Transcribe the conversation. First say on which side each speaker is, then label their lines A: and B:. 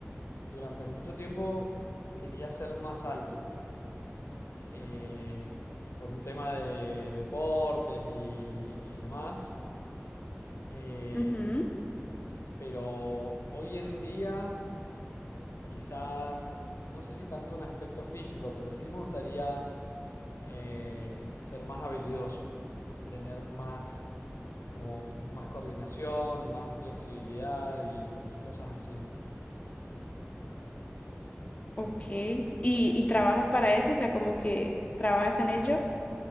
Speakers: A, on the left; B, on the left.
A: durante mucho tiempo quería ser más alto, eh, por un tema de deportes y, y demás, Eh,
B: Ujú.
A: pero hoy en día quizás, no sé si tanto un aspecto físico, pero sí me gustaría... eh, ser más habilidoso y tener más, como más coordinación, más flexibilidad y, y cosas así.
B: Ok. ¿Y, y trabajas para eso? O sea, como que trabajas en ello.